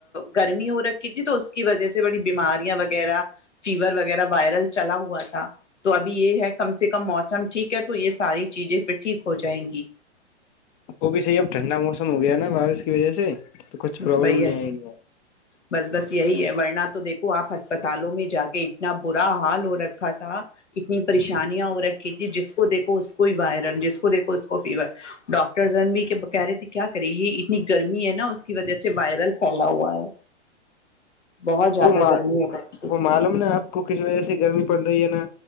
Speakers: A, on the left (about 85°); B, on the left (about 30°).
A: گرمی ہو رکھی تھی تو اس کی وجہ سے بڑی بیماریاں وغیرہ فیور وغیرہ وائرل چلا ہوا تھا تو ابھی یہ ہے کم سے کم موسم ٹھیک ہے تو یہ ساری چیزیں پھر ٹھیک ہو جائیں گی
B: وہ بھی صحیح اب ٹھنڈا موسم ہو گیا نا بارش کی وجہ سے تو کچھ پروابلم
A: بھیا
B: نہیں آئی گی
A: بس بس یہی ہے ورننا تو دیکھو آپ اسسپتالوں میں جا کے اتنا برا حال ہو رکھا تھا اتنی پریشانیاں ہو رکھی تھی جس کو دیکھو اس کو ہی وائرل جس کو دیکھو اس کو فیور ڈاکٹرزن بھی کہ کہہ رہے تھے کیا کرے یہ اتنی گرمی ہے نا اس کی وجہ سے وائرل پھیلا ہوا ہے بہت زیادہ
B: وہ
A: گرمی ہو رکھی
B: وہ
A: تھی
B: معلوم نا آپ کو کس وجہ سے گرمی پڑ رہی ہے نا